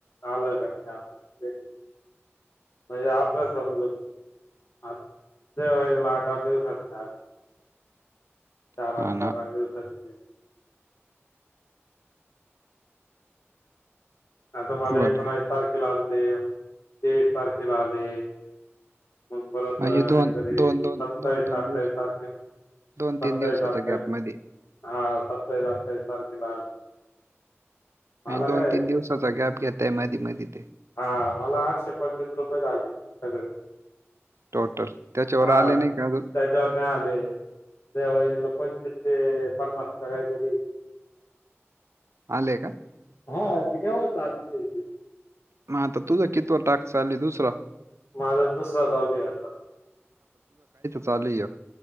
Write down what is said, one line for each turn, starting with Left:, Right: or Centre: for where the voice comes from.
Left: आलं क नाही आलं म्हणजे समज <unintelligible> आठ आठ दिवस आ
Right: <inaudible>
Left: चार
Right: हा
Left: आठ
Right: ना
Left: चार आठ दिवसाची आता मला
Right: बरं
Left: एक एकोणावीस तारखेला आलते मग तेवीस तारखेला आले मग परत
Right: म्हणजे
Left: काहीतरी
Right: दोन दोन
Left: सत्तावीस
Right: दोन दोन दोन
Left: अठ्ठावीस
Right: दिवस
Left: तारखे सत्तावीस
Right: दोन तीन दिवसाचा
Left: अठ्ठावीस
Right: गॅप मध्ये
Left: हा सत्तावीस अठ्ठावीस तारखेला मला
Right: म्हणे दोन
Left: काय
Right: तीन दिवसाचा गॅप घेतय मधी मधी ते
Left: आम्हाला आठशे पंचवीस रुपये झाले. सगळे
Right: टोटल त्याच्यावर
Left: हा
Right: आले नाही का अजून
Left: त्याच्यावर नाय आले. त्या वहिनीला पंचवीस ते पन्नास करायचे तरी
Right: आलेय का?
Left: हा ती केव्हाच चालू आहे इथे
Right: म आता तुझा कितवा टाक चालू आहे? दुसरा
Left: माझा दुसरा चालु आहे आता.
Right: चालयं